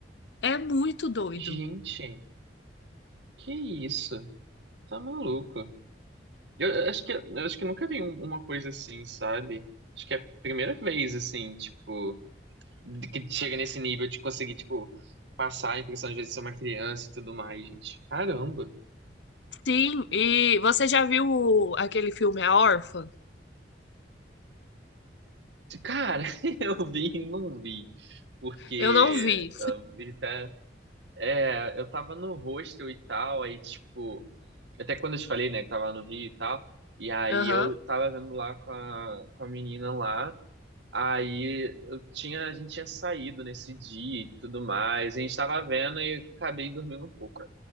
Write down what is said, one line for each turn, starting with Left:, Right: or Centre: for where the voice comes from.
Left: É muito doido.
Right: gente, que isso? Tá maluco? Eu acho que, eu acho que nunca vi um- uma coisa assim, sabe? Acho que é a primeira vez, assim, tipo, de- que chega nesse nível de conseguir, tipo, passar a impressão às vezes de ser uma criança e tudo mais, gente. Caramba!
Left: Sim, e você já viu o- aquele filme A Órfã?
Right: Cara, <laughs> eu vi e não vi. Porque
Left: Eu não vi.
Right: ah, ele tá- é, eu tava no hostel e tal, aí, tipo, até quando eu te falei, né, que tava no Rio e tal, e aí
Left: Aham.
Right: eu tava vendo lá com a, com a menina lá. Aí eu tinha, a gente tinha saído nesse dia e tudo mais. A gente tava vendo e eu acabei dormindo um pouco.